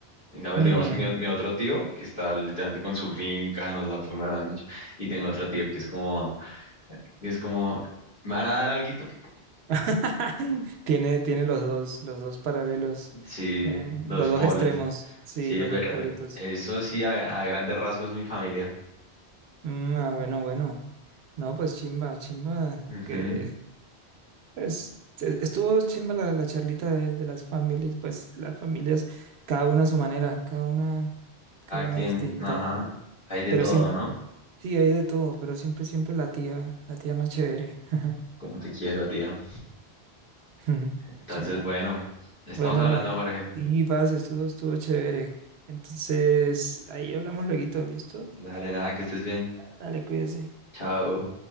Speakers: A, on the left; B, on the right.
A: En cambio,
B: Mm.
A: digamos, mi, o- mi otro tío que está literalmente con su finca, nos da por la leche. Y tengo otro tío que es como, que es como, ¿me van a dar alguito?
B: <laughs> Tiene, tiene los dos, los dos paralelos,
A: Sí,
B: eh,
A: dos
B: los
A: polos.
B: dos extremos, sí,
A: Sí,
B: los
A: pero
B: dos politos.
A: eso sí, a, a grandes rasgos mi familia.
B: Mm, ah, bueno, bueno. No, pues chimba, chimba,
A: Ujú.
B: que, Pues e- estuvo chimba la, la charlita de, de las familias, pues las familias, cada una a su manera, cada una,
A: Cada
B: cada
A: quien,
B: una distinta,
A: ajá, hay de
B: pero
A: todo,
B: siempre,
A: ¿no?
B: sí, hay de todo, pero siempre, siempre la tía, la tía más chévere. <laughs>
A: Como te quiero, tía.
B: Ujú,
A: Entonces,
B: Chimba.
A: bueno, estamos
B: Bueno,
A: hablando, Jorge.
B: sí, parce, estuvo, estuvo chévere. Entonces, ahí hablamos lueguito, ¿listo?
A: Dale, nada, que estés bien.
B: Dale, cuídese.
A: Chao.